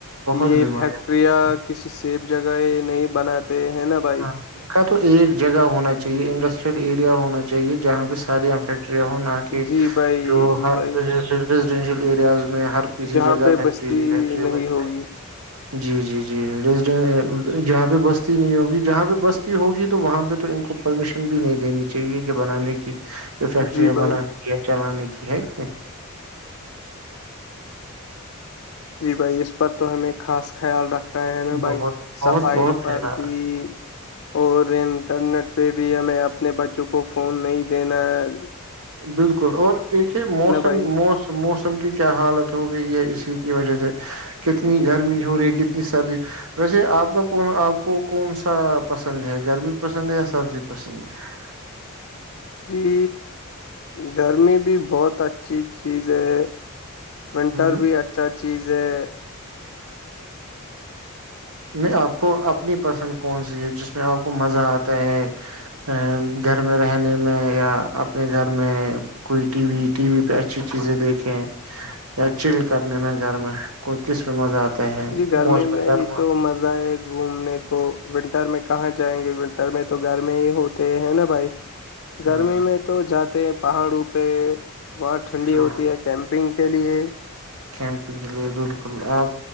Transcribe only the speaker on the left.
کہ
یہ
ٹیا کسی سیب جگہ نہیں بناتے ہیں نا بھائی
جی بھائی
جی بھائی
جہاں
پہ
بستی
نہیں
ہوگی
جی بھائی
جی بھائی اس پر تو ہمیں خاص خیال رکھناے ہے نا بھائی
صفائی
پر
بھی اور انٹرنیٹ پہ بھی ہمیں اپنے بچوں کو فون نہیں دینا ہے
بھائی
جی
جی گرمی بھی بہت اچھی چیز ہے ونٹر
بھی اچھا چیز ہے
جی گرمی
میں
ہی تو مزہ ہے گھومنے کو ونٹر میں کہاں جائیں گے ونٹر ٹر میں تو گر میں ہی ہوتے ہیں نا بھائی گرمی
میں تو جاتے ہیں پہاڑوں پہ بہت ٹھنڈی
ہوتی ہے کیمپنگ کے لیے